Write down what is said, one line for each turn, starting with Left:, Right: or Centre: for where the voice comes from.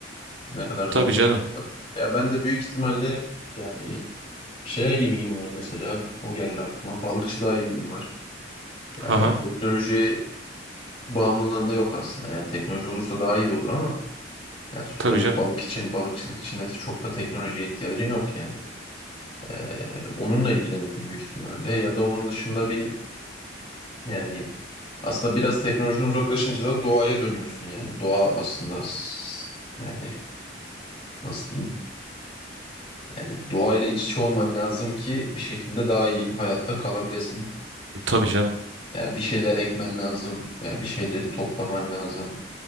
Left: Ne kadar zor.
Right: Tabii canım.
Left: Ya ben de büyük ihtimalle yani şeye ilgim var mesela. O geldi aklıma. Balıkçılığa ilgim var. Yani
Right: Haha.
Left: bir teknolojiye bağımlılığım da yok aslında. Yani teknoloji olursa daha iyi olur ama Yani tuttuğu
Right: Tabii canım.
Left: balık için, balıkçılık için de çok da teknolojiye ihtiyacın yok yani. Ee, onunla ilgilenirdim büyük ihtimalle. Ya da onun dışında bir yani aslında biraz teknolojiden uzaklaşınca da doğaya dönüyorsun yani. Doğa aslında s- yani nasıl diyeyim? Yani doğayla iç içe olman lazım ki bir şekilde daha iyi hayatta kalabilesin.
Right: Tabii canım.
Left: Yani bir şeyler ekmen lazım. Yani bir şeyleri toplaman lazım.